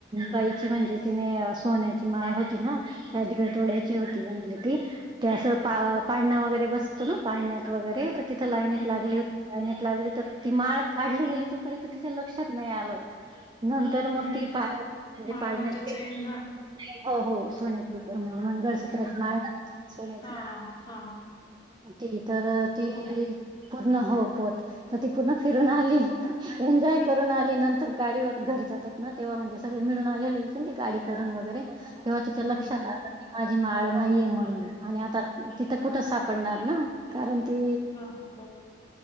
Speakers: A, on the right; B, on the left.
A: बाईची म्हणजे तिने सोन्याची माळ होती ना, काय दीड तोळ्यांची होती म्हणत होती. ते असं पा पाळना वगैरे बसतो ना, पाळण्यात वगैरे तर तिथं लाईनीत
B: हम्म
A: लागली
B: हम्म
A: होती. लाईनीत लागली, तर ती माळ काढली गेली. तोपर्यंत तिच्या लक्षात नाही आल. नंतर
B: हम्म
A: मग
B: हम्म
A: ती
B: हम्म.
A: पा म्हणजे
B: माळ
A: पाळण्यात
B: म्हणजे चैन
A: गेली.
B: ना
A: हो हो, सोन्याच होत म्हणजे मंगळसूत्राची
B: हम्म हम्म हम्म.
A: माळ ना सोन्याची
B: हा हा हा हा हा,
A: ती तर ती
B: पोत
A: पूर्ण होपवत, तर ती पूर्ण फिरून आली. एन्जॉय करून आली नंतर गाडीवर घरी जातात ना, तेव्हा म्हणजे सगळे मिळून आलेले होते. ते गाडी करून वगैरे, तेव्हा तिच्या
B: हम्म
A: लक्षात
B: हम्म हम्म.
A: आलं की, माझी माळ नाहीये. म्हणून आणि आता तिथं कुठं साप पडणार ना, कारण ते
B: हा हा बरोबर